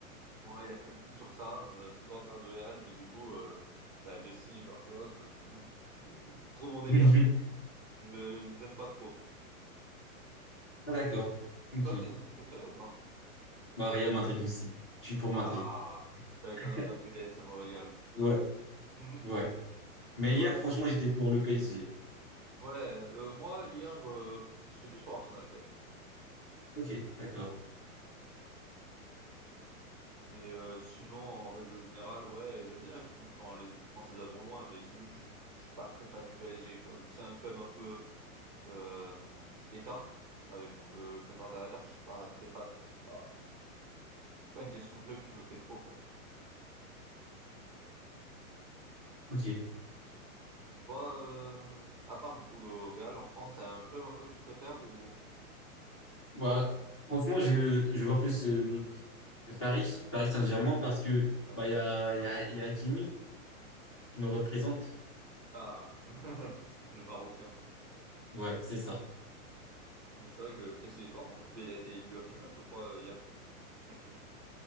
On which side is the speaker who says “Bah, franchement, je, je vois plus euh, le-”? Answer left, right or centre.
Left